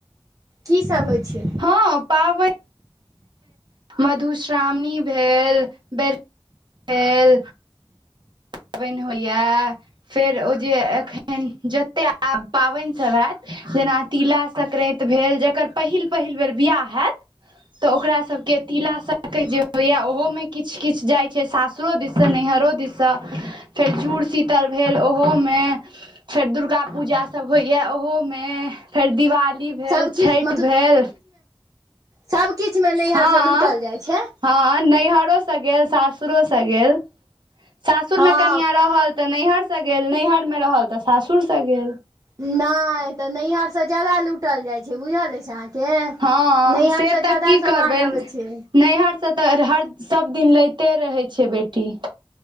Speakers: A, on the right; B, on the right.
A: कीसभ होइ छै
B: हँ पाबैन मधुश्रावणी भेल बेर भेल पाबैन होइये फेर ओ जे एखन जते आब पाबैन सब एत जेना तिला सक्रांन्ति भेल जकर पहिल पहिल बेर बियाह हैत तऽ ओकरा सबके तिला सक्रांन्ति जे होइये ओहो मे किछु किछु जाय छै सासुर रो दिस स नैहरो दिस स फेर जुड़ शीतल भेल ओहोमे फेर दुर्गा पूजा सभ होइए ओहोमे फेर दिवाली भेल
A: सबकिछु
B: छठि भेल
A: सब किछुमे नैहरसे
B: हँ
A: लूटल जाइ छै
B: हँ नैहरोसँ गेल सासुरोसँ गेल सासुरमे
A: हँ
B: कनियाँ रहल तऽ नैहरसँ गेल नैहरमे रहल तऽ सासुरसँ गेल
A: नहि तऽ नैहर से जादा लूटल जाय छै से बुझल अछि अहाँ के
B: हँ
A: नैहर से
B: तऽ
A: जादा
B: की
A: सामान
B: करबै
A: अबै छै
B: नैहरसँ तऽ हर सबदिन लैते रहै छै बेटी